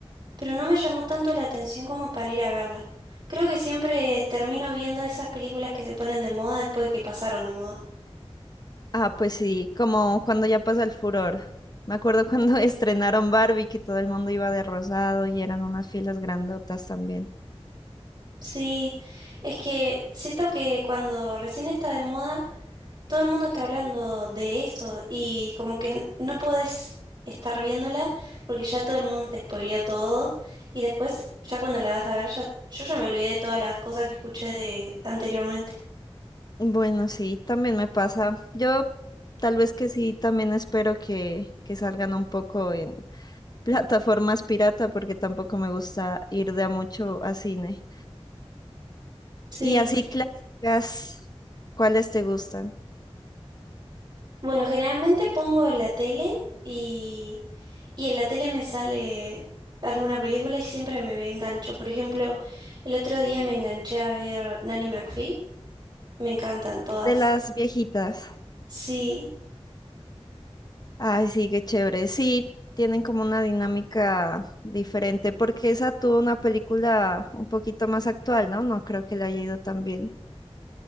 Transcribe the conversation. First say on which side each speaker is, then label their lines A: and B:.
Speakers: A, on the right (about 45°); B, on the left (about 40°).
A: pero no me llamó tanto la atención como para ir a verla. Creo que siempre termino viendo esas películas que se ponen de moda después de que pasaron de moda.
B: Ah, pues sí, como cuando ya pasa el furor. Me acuerdo cuando <laughs> estrenaron Barbie, que todo el mundo iba de rosado y eran unas filas grandotas también.
A: Sí, es que siento que cuando recién está de moda, todo el mundo está hablando de esto y como que n- no podés estar viéndola porque ya todo el mundo te spoileó todo y después ya cuando la vas a ver ya yo ya me olvidé de todas las cosas que escuché de anteriormente.
B: Bueno, sí, también me pasa. Yo tal vez que sí, también espero que, que salgan un poco en <laughs> plataformas pirata, porque tampoco me gusta ir de a mucho a cine.
A: Sí,
B: Y así clásicas, ¿cuáles te gustan?
A: bueno, generalmente pongo la tele y Y en la tele me sale alguna película y siempre me engancho. Por ejemplo, el otro día me enganché a ver Nanny McPhee. Me encantan todas.
B: De las viejitas.
A: Sí.
B: Ay, sí, qué chévere. Sí, tienen como una dinámica diferente, porque esa tuvo una película un poquito más actual, ¿no? No creo que le haya ido tan bien.